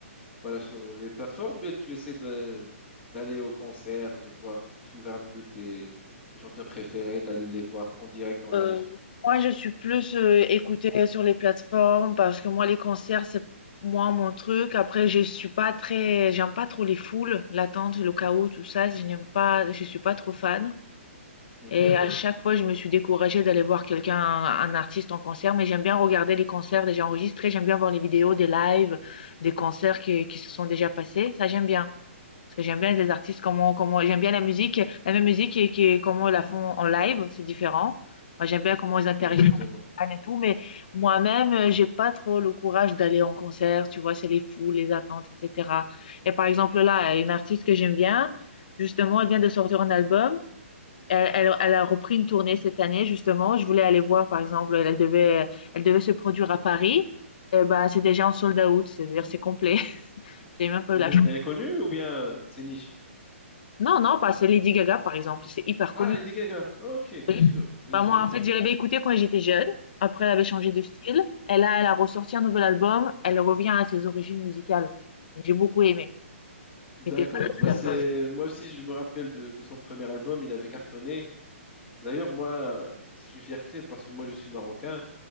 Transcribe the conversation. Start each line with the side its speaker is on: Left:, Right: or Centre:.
Centre: voilà, sur les plateformes, ou bien tu essaies de- d'aller au concert, de voir, de suivre un peu tes, tes chanteurs préférés, d'aller les voir en direct, en live.
Left: Euh, moi, je suis plus euh, écoutée sur les plateformes parce que moi, les concerts, c'est moins mon truc. Après, je suis pas très, j'aime pas trop les foules, l'attente, le chaos, tout ça. Je n'aime pas, je suis pas trop fan.
Centre: Mhm,
Left: Et à chaque fois, je me suis découragée d'aller voir quelqu'un, un, un artiste en concert, mais j'aime bien regarder les concerts déjà enregistrés, j'aime bien voir les vidéos des lives, des concerts qui, qui se sont déjà passés, ça j'aime bien. Parce que j'aime bien les artistes, comment, comment, j'aime bien la musique, la même musique et, qui, comment ils la font en live, c'est différent. Moi, j'aime bien comment ils interagissent
Centre: exactement.
Left: avec les fans et tout, mais moi-même, euh, j'ai pas trop le courage d'aller en concert, tu vois, c'est les foules, les attentes, etc. Et par exemple, là, une artiste que j'aime bien, justement, elle vient de sortir un album. Elle, elle- elle a repris une tournée cette année, justement. Je voulais aller voir, par exemple, elle devait, elle devait se produire à Paris. Eh ben, c'est déjà en sold out, c'est-à-dire c'est complet. <laughs> J'ai même pas
Centre: Mhm,
Left: eu la chance.
Centre: Elle est connue ou bien c'est niche?
Left: Non, non, pas, c'est Lady Gaga, par exemple. C'est hyper connu.
Centre: Ah, Lady Gaga. Ok, bien
Left: Oui.
Centre: sûr, bien
Left: Bah,
Centre: sûr.
Left: moi, en fait, je l'avais écoutée quand j'étais jeune. Après, elle avait changé de style. Et là, elle a ressorti un nouvel album. Elle revient à ses origines musicales. Donc, J'ai beaucoup aimé.
Centre: D'accord.
Left: J'étais fan de
Centre: Bah
Left: cet
Centre: c'est
Left: album.
Centre: moi aussi je me rappelle de, de son premier album, il avait cartonné. D'ailleurs moi c'est une fierté parce que moi je suis marocain